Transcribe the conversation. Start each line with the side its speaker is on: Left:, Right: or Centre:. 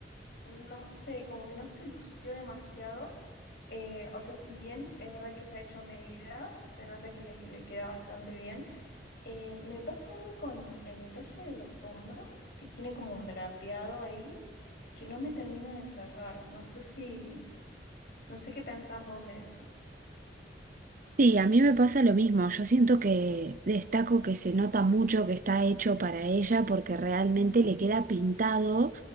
Left: No sé, como que no se lució demasiado. Eh, o sea, si bien es verdad que está hecho a medida, se nota que le, le queda bastante bien. Eh, me pasa algo con el detalle de los hombros, que tiene como un drapeado ahí, que no me termina de cerrar. No sé si, no sé qué pensás vos de eso.
Right: Sí, a mí me pasa lo mismo. Yo siento que destaco que se nota mucho que está hecho para ella porque realmente le queda pintado,